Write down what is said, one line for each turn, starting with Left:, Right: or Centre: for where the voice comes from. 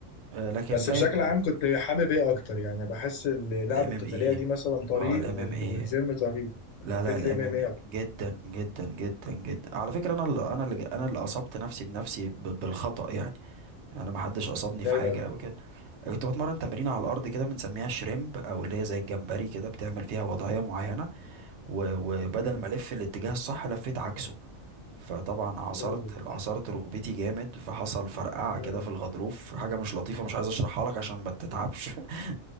Right: آه، لكن
Left: بس
Right: باقي
Left: بشكل
Right: الحاجات
Left: عام كنت حابب ايه اكتر يعني بحس اللعبة
Right: الام
Left: القتالية
Right: ام اي
Left: دي مثلا طريق
Right: اه الام
Left: وال...
Right: ام اي
Left: والجيم طريق
Right: لا
Left: حبيت
Right: لا الام
Left: الام ام
Right: ام
Left: اي
Right: اي جدا جدا جدا جدا على فكره انا اللي انا اللي انا اللي اصبت نفسي بنفسي ب- بالخطأ يعني انا ما حدش اصابني
Left: ازاي
Right: في حاجه
Left: بقى
Right: او كده كنت بتمرن تمرين على الارض كده بنسميها شريمب او اللي هي زي الجمبري كده بتعمل فيها وضعيه معينه و- وبدل
Left: امم
Right: ما الف الاتجاه الصح لفيت عكسه فطبعا عصرت
Left: اوه
Right: عصرت ركبتي جامد فحصل فرقعه
Left: آه.
Right: كده في الغضروف حاجه مش لطيفه مش عايز اشرحها لك عشان ما تتعبش <laughs>